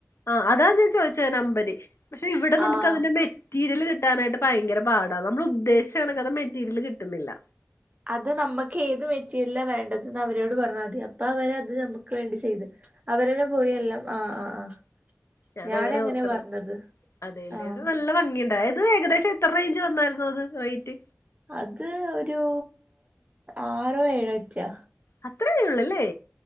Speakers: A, on the left (about 80°); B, on the right (about 35°).
A: ആ അതാ ഞാൻ ചോദയിച്ചേ നമ്പര് പക്ഷെ ഇവിടെ നമ്മുക്ക്
B: ആഹ്
A: അതിന്റെ മെ റ്റീരിയല്. കിട്ടാനായിട്ട് ഭയങ്കര പാടാ നമ്മൾ ഉദ്ദേശിച്ച കണക്കത മെറ്റീരിയല് കിട്ടുന്നില്ല
B: അത് നമ്മുക്ക് ഏത് മെറ്റീരിയലാ വേണ്ടച്ച്ഞ്ഞാ അവരോട് പറഞ്ഞാതി അപ്പൊ അവര് അത് നമുക്ക് വേണ്ടി ചെയ്ത് അവരനെ പോയി എല്ലാം ആഹ് ആഹ് ആഹ്
A: ഞാൻ
B: ഞാനങ്ങനെ
A: അങ്ങനെ ഓർക്കണം
B: പറഞ്ഞത്
A: അതേല്ലേ
B: ആഹ്
A: നല്ല ഭംഗിയണ്ട് അത് ഏകദേശം എത്ര റേഞ്ച് വന്നാൽ യിരുന്നു റൈറ്റ്
B: അത് ഒരൂ ആറോ ഏഴോ എറ്റിയ
A: അത്രേ ഒള്ളല്ലേ